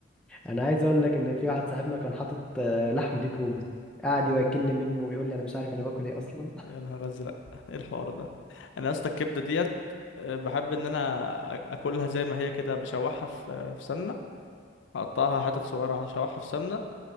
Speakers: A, in the centre; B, on the left (about 70°).
A: انا عايز اقول لك ان في واحد صاحبنا كان حاطط آه، لحم ديك رومي قعد يوكلني منه ويقول لي انا مش عارف انا باكل ايه اصلا <laughs>
B: يا نهار ازرق ايه الحوار ده انا يا اسطى الكبده ديت آه، بحب ان انا آ- اكلها زي ما هي كده بشوحها في في سمنه اقطعها حتت صغيره هشوحها في سمنه